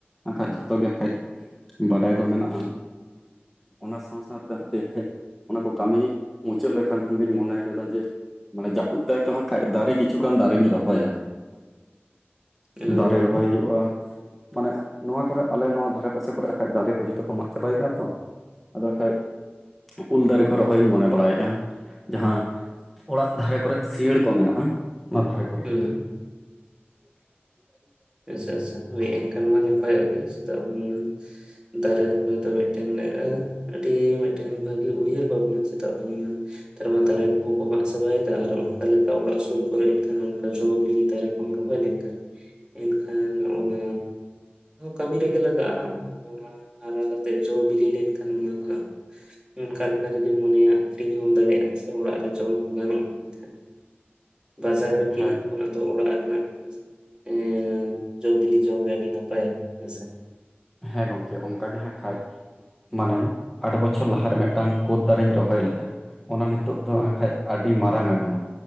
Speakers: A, in the centre; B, on the right.
A: ᱦᱟᱸᱠᱷᱟᱡ ᱡᱷᱚᱛᱚ ᱜᱮᱠᱷᱟᱡ ᱵᱟᱰᱟᱭ ᱫᱚ ᱢᱮᱱᱟᱜᱼᱟ᱾ ᱚᱱᱟ ᱥᱟᱶ-ᱥᱟᱶᱛᱮ ᱦᱟᱯᱮ ᱠᱷᱟᱡ ᱚᱱᱟ ᱠᱚ ᱠᱟᱹᱢᱤ ᱢᱩᱪᱟᱹᱫ ᱞᱟᱹᱜᱤᱫ ᱠᱷᱟᱱᱜᱤᱧ ᱢᱚᱱᱮ ᱠᱟᱫᱟ ᱡᱮ ᱢᱟᱱᱮ ᱡᱟᱹᱯᱩᱫ ᱫᱟᱭ ᱛᱟ ᱦᱟᱸᱜᱠᱷᱟᱡ ᱫᱟᱨᱮ ᱠᱤᱪᱷᱩᱜᱟᱱ ᱫᱟᱨᱮᱧ ᱨᱚᱦᱚᱭ-ᱟ᱾
B: ᱚ
A: ᱫᱟᱨᱮ ᱨᱚᱦᱚᱭ ᱦᱩᱭᱩᱜ-ᱟ ᱢᱟᱱᱮ ᱱᱚᱣᱟ ᱠᱚᱨᱮᱜ ᱟᱞᱮ ᱱᱚᱣᱟ ᱫᱷᱟᱨᱮ ᱯᱟᱥᱮ ᱠᱚᱨᱮ ᱵᱟᱠᱷᱟᱡ ᱫᱟᱨᱮ ᱠᱚ ᱡᱚᱛᱚ ᱠᱚ ᱢᱟᱜ ᱪᱟᱵᱟᱭᱼᱟ ᱛᱚ, ᱟᱫᱚ ᱦᱟᱸᱠᱟᱡ ᱩᱞ ᱫᱟᱨᱮ ᱠᱚ ᱨᱚᱦᱚᱭ ᱤᱧ ᱢᱚᱱᱮ ᱵᱟᱲᱟᱭᱮᱜ-ᱟ᱾ ᱡᱟᱦᱟᱸ ᱚᱲᱟᱜ ᱫᱷᱟᱨᱮ ᱠᱚᱨᱮ ᱥᱤᱭᱟᱹᱟᱹᱲ ᱠᱚ ᱢᱮᱱᱟᱜᱼᱟ ᱚᱱᱟ ᱫᱷᱟᱨᱮ ᱠᱚᱨᱮ
B: ᱦᱩᱸ
A: ᱦᱟᱸᱠᱷᱟᱡ᱾ <inaudible>
B: ᱟᱪᱪᱷᱟ ᱟᱪᱪᱷᱟ ᱦᱚᱭ ᱮᱱᱠᱷᱟᱱ ᱢᱟ ᱱᱟᱯᱟᱭᱚᱜ ᱜᱮ ᱪᱮᱫᱟᱜ ᱢᱟ ᱫᱟᱨᱮ ᱨᱚᱦᱚᱭ ᱫᱚ ᱢᱤᱫᱴᱮᱱ <inaudible> ᱟᱹᱰᱤ ᱢᱤᱫᱴᱮᱱ ᱵᱷᱟᱹᱜᱤ ᱩᱭᱦᱟᱹᱨ ᱵᱷᱟᱵᱽᱱᱟ ᱪᱮᱫᱟᱜ ᱵᱟᱝᱢᱟ ᱱᱮᱛᱟᱨ ᱢᱟ ᱫᱟᱨᱮ ᱠᱚᱦᱚᱸ ᱠᱚ ᱢᱟᱜ ᱪᱟᱵᱟᱭᱮᱫᱟ ᱟᱨ ᱚᱱᱠᱟ ᱞᱮᱠᱟ ᱚᱲᱟᱜ ᱥᱩᱨ ᱠᱚᱨᱮ ᱮᱱᱠᱷᱟᱱ ᱚᱱᱠᱟ ᱡᱚ ᱵᱤᱞᱤ ᱫᱟᱨᱮ ᱵᱟᱢ ᱨᱚᱦᱚᱭ ᱞᱮᱱᱠᱷᱟᱱ ᱮᱱᱠᱷᱟᱱ ᱚᱱᱟ ᱠᱟᱹᱢᱤ ᱨᱮᱜᱮ ᱞᱟᱜᱟᱜᱼᱟ᱾ ᱚᱱᱟ ᱦᱟᱨᱟ ᱠᱟᱛᱮᱜ ᱡᱚ ᱵᱤᱞᱤ ᱞᱮᱱᱠᱷᱟᱱ ᱚᱱᱟ ᱦᱟᱸᱜ ᱚᱱᱠᱟ ᱞᱮᱠᱟ ᱡᱩᱫᱤ ᱢᱚᱱᱮᱭᱟ ᱟᱹᱠᱷᱨᱤᱧ ᱦᱚᱸᱢ ᱫᱟᱲᱮᱭᱟᱜᱼᱟ ᱥᱮ ᱚᱲᱟᱜ ᱨᱮ ᱡᱚᱢ ᱦᱚᱸ ᱜᱟᱱᱚᱜᱼᱟ ᱮᱱᱠᱷᱟᱱ᱾ ᱵᱟᱡᱟᱨ ᱨᱮ ᱠᱤᱨᱤᱧ
A: ᱦᱮᱸ
B: ᱠᱷᱚᱱᱟᱜ ᱫᱚ ᱚᱲᱟᱜ ᱨᱮᱱᱟᱜ ᱮᱸ ᱡᱚ ᱵᱤᱞᱤ ᱡᱚᱢ ᱜᱮ ᱟᱹᱰᱤ ᱱᱟᱯᱟᱭ ᱦᱮᱸᱥᱮ?
A: ᱦᱮᱸ ᱜᱚᱝᱠᱮ ᱚᱱᱠᱟᱜ ᱜᱮ ᱦᱟᱸᱜ ᱠᱷᱟᱡ ᱢᱟᱱᱮ ᱟᱴ ᱵᱚᱪᱷᱚᱨ ᱞᱟᱦᱟᱨᱮ ᱢᱮᱫ ᱴᱟᱝ ᱠᱳᱫᱽ ᱫᱟᱨᱮᱧ ᱨᱚᱦᱚᱭ ᱞᱮᱜᱼᱟ ᱚᱱᱟ ᱱᱤᱛᱚᱜ
B: ᱦᱩᱸ
A: ᱫᱚ ᱠᱷᱟᱡ ᱟᱹᱰᱤ ᱢᱟᱨᱟᱝ ᱟᱠᱟᱱᱟ,